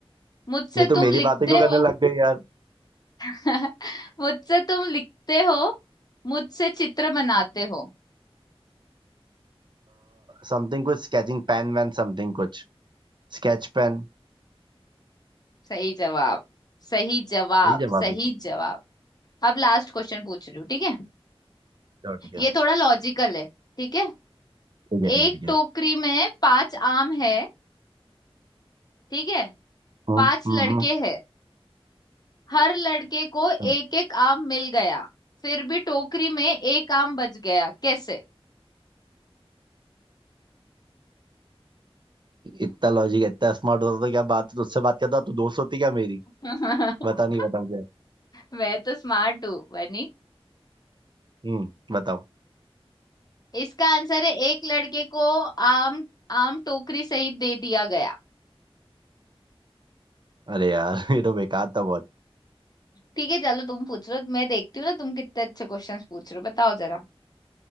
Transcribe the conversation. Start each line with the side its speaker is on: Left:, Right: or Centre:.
Left: मुझसे
Right: ये तो
Left: तुम
Right: मेरी
Left: लिखते
Right: बातें क्यों
Left: हो
Right: करने लग गई यार
Left: <laughs> मुझसे तुम लिखते हो मुझसे चित्र बनाते हो
Right: समथिंग कुछ स्केचिंग पेन वैन समथिंग कुछ Sketch pen
Left: सही जवाब सही जवाब
Right: सही जवाब
Left: सही
Right: है तो
Left: जवाब अब लास्ट क्वेश्चन पूछ रही हूँ ठीक है
Right: चलो ठीक है
Left: ये थोड़ा लॉजिकल है ठीक है
Right: ठीक है ठीक
Left: एक
Right: है ठीक है
Left: टोकरी में पांच आम है ठीक है
Right: हम्म
Left: पांच
Right: हम्म
Left: लड़के हैं हर लड़के को एक
Right: हम्म।
Left: एक आम मिल गया फिर भी टोकरी में एक आम बच गया कैसे
Right: इतना लॉजिक इतना स्मार्ट होता तो क्या बात तुझसे बात करता तू दोस्त होती क्या मेरी
Left: <laughs>
Right: बता नहीं बता मुझे
Left: मैं तो स्मार्ट हूँ बनी
Right: हम्म बताओ
Left: इसका आंसर है एक लड़के को आम आम टोकरी सहित दे दिया गया
Right: अरे यार <laughs> ये तो बेकार था बहुत
Left: ठीक है चलो तुम पूछ लो मैं देखती हूँ ना तुम कितने अच्छे क्वेश्चंस पूछ रहे हो बताओ जरा